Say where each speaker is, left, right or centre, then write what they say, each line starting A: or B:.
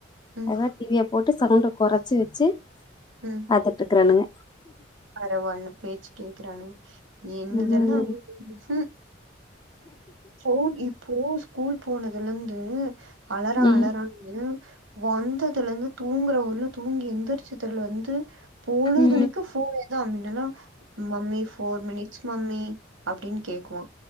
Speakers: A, on the right; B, on the left.
A: ம்
B: அது மாரி டிவிய போட்டு சவுண்ட்ட கொறச்சி வச்சி
A: ம்
B: பாத்துட்ருக்றானுங்க
A: பரவால்ல பேச்சு கேக்குறானுங்க என்னதெல்லா
B: ம்
A: ஹும் ஃபோன் இப்போ ஸ்கூல் போனதுலந்து அழறா
B: ம்
A: அழறா னு வந்ததுலந்து தூங்குறவர்லு தூங்கி எந்திரிச்சதுலந்து பொழுதனைக்கு
B: ம்
A: ஃபோனே தா இல்லனா மம்மி ஃபோர் மினிட்ஸ் மம்மி அப்டின்னு கேக்குவா